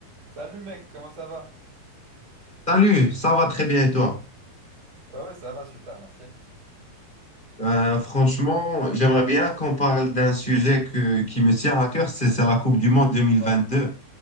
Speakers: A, on the right; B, on the left.
A: Salut mec, comment ça va?
B: Salut, ça va très bien et toi?
A: Ouais, ouais, ça va, super, merci.
B: Euh, franchement, j'aimerais bien qu'on parle d'un sujet que, qui me tient à cœur, c'est c'est la Coupe du Monde 2022.
A: Ouais.